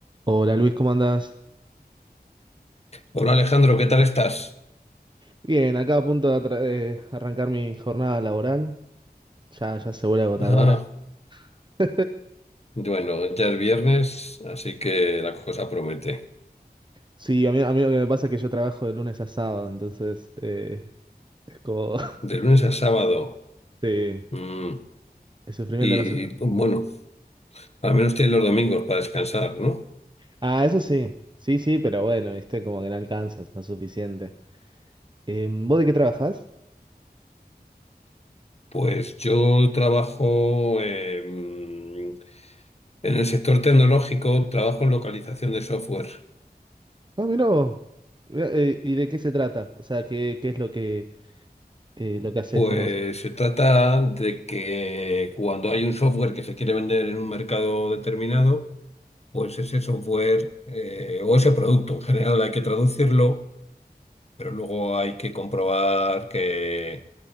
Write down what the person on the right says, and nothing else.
Hola Luis, ¿cómo andás?
Bien, acá a punto de, atra- de arrancar mi jornada laboral. Ya, ya se vuelve agotadora.
<laughs>
Sí, a mí, a mí lo que me pasa es que yo trabajo de lunes a sábado, entonces eh, es como...
<laughs> Sí,
el sufrimiento
no se termina.
Ah, eso sí, sí, sí, pero bueno, viste, como que no alcanzas, no es suficiente. Eh, ¿vos de qué trabajás?
Ah, mirá vos. Mirá, eh, ¿y de qué se trata? O sea, ¿qué, qué es lo que, eh, lo que haces?
¿Cómo...